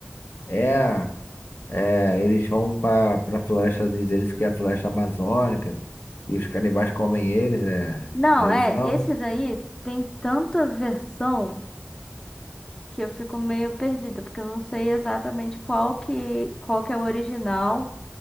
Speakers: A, on the left; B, on the left.
A: É. É, eles vão para para floresta, diz eles que é a floresta amazônica e os canibais comem eles, é.
B: Não,
A: Não é
B: é,
A: isso não?
B: esse daí tem tanta versão que eu fico meio perdida, porque eu não sei exatamente qual que, qual que é o original.